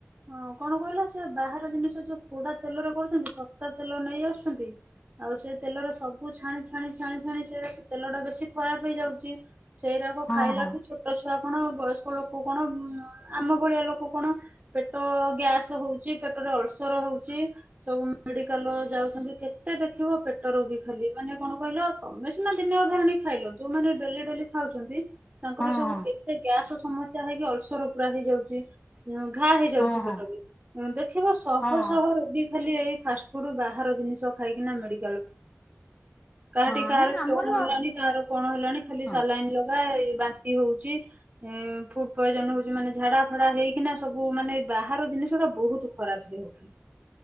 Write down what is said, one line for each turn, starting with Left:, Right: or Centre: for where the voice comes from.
Right: ହଁ କଣ କହିଲା ସେ ବାହାର ଜିନିଷ ଯୋଉ ପୋଡା ତେଲରେ କରୁଛନ୍ତି ଶସ୍ତା ତେଲ ନେଇ ଆସୁଛନ୍ତି ଆଉ ସେ ତେଲର ସବୁ ଛାଣି ଛାଣି ଛାଣି ଛାଣି ସେ ତେଲ ଟା ବେଶୀ ଖରାପ ହେଇଯାଉଛି ସେଇରାକୁ
Left: ହଁ
Right: ଖାଇଲା
Left: ହଁ
Right: ବି ଛୋଟ ଛୁଆ କଣ ବୟସ୍କ ଲୋକ କଣ ଆମ ଭଳିଆ ଲୋକ କଣ ପେଟ ଗ୍ୟାସ ହଉଛି ପେଟରେ ଅଳସର ହଉଛି ସବୁ ମେଡିକାଲ ଯାଉଛନ୍ତି କେତେ ଦେଖ? ରଖିବ ପେଟ ରୋଗୀ ଖାଲି ମାନେ କଣ କହିଲ? ତମେ ସିନା ଦିନେ ଅଧେ ଆଣି ଖାଇଲ ଯୋଉମାନେ ଡେଲି ଖାଉଙ୍କର
Left: ହଁ
Right: <unintelligible> ସମସ୍ୟା
Left: ହଁ
Right: ହେଇକି ଅଳସର ପୁରା ହେଇଯାଉଛି। ଘା ହେଇଯାଉଛି
Left: ହଁ
Right: ପେଟରେ
Left: ହଁ
Right: ଦେଖିବ ଶହ
Left: ହଁ
Right: ଶହ ରୋଗୀ ଖାଲି ଏଇ ଫାଷ୍ଟ ଫୁଡ ବାହାର ଜିନିଷ ଖାଇକି ମେଡି କାହାଠି
Left: ହଁ
Right: କାହାର
Left: ନାଇଁ
Right: ଷ୍ଟୋନ
Left: ଆମର
Right: ହେଲାଣି, କାହାର କଣ ହେଲାଣି, ଖାଲି
Left: ହଁ
Right: ସାଲାଇନ୍ ଲଗା ବାନ୍ତି ହଉଛି ଫୁଡ ପଏଜନ ହଉଛି ମାନେ ଝାଡା ଫାଡା ହେଇକିନା ସବୁ ମାନେ ବାହାର ଜିନିଷ ଟା ବହୁତ ଖରାପ ଦେହ ପାଇଁ